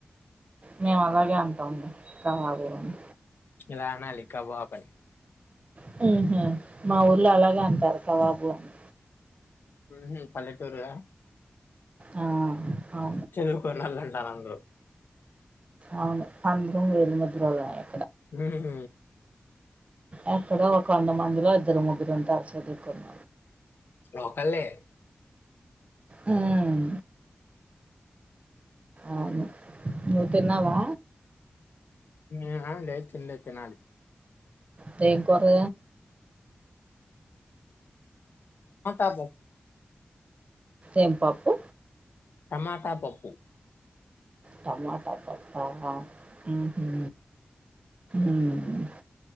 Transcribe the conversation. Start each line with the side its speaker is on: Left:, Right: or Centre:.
Right: మేం అలాగే అంటాం కబాబుని
Left: ఇలా అనాలి కాబాబు అని
Right: హు మా ఊళ్లో అలాగే అంటారు కవాబు అని
Left: మ్ హ పల్లెటూరు క
Right: ఆ అ
Left: చదువుకొనళ్ళ ఉంటారు అందరూ
Right: అవును అందరం వేలుముద్రో లాయ్
Left: మ్ హ హ
Right: ఎక్కడో ఒక వంద మందిలో ఇద్దరు ముగ్గురు ఉంటారు చదుకున్న
Left: లోకల్లే
Right: మ్ అవును నువు తిన్నావా
Left: హ్ హ లేదు తినలేదు తినాలి
Right: దెం కురగ
Left: మాట్బ
Right: ఎం పప్పు
Left: టమాట పప్పు
Right: టమాట పప్పా హ మ్ హు మ్